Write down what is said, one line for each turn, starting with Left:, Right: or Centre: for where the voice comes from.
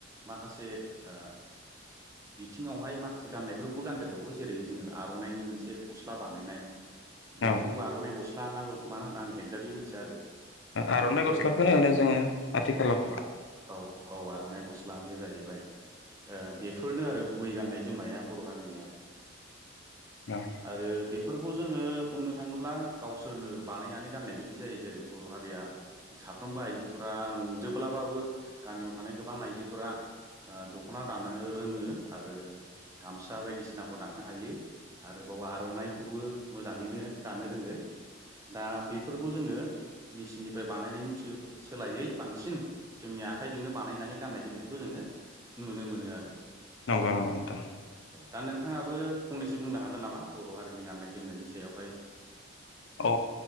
Right: माखासे ओ
Left: <inaudible>
Right: बिथिङावहाय माखासे गाननायफोरखौबो गानदेरबावो जेरै जोङो आर'नाइनि मोनसे गस्ला बानायनाय बेखौ
Left: औ
Right: आर'नाइ गस्ला नाबो मा होनो आं एक्जाकलि मिथिया आरो
Left: आर'नाइ
Right: बेफोर
Left: गस्लाखौनो होनो जोङो आथिखालाव
Right: औ औ औ । आर'नाइ गस्ला बे जाहैबाय । ओ बेफोरनो आरो गुबै गाननाय जोमनाया बर' हारिनिया ।
Left: औ
Right: आरो बे फोरखौ जोङो बुंनो थाङोब्ला गावसोरनो बानायनानै गाननाय बायदि जायो जेरै बर' हारि साख्रिया साफ्रोमबो आइजोफोरा नंजोब्लाबाबो गामियाव थानाय गोबां आइजोफोरा ओ द'खना दानो रोङो आरो गामसा बायदिसिनाखौ दानो हायो। आरोबाव आर'नाइखौबो मोजाङैनो दानो रोङो । दा बेफोरखौ जोङो मेसिननिफ्राय बानायनायनि सो सोलायै बांसिन जोंनि आखाइजोंनो बानायनानै गाननाय जोमनायखौ जोङो नुनो मोनो आरो ।
Left: नंगौ नंगौ नोंथां ।
Right: दा नोंथाङाबो फंनैसो बुंनो हागोन नामा बर' हारिनि गान्नाय जोमनायनि सायावहाय?
Left: अ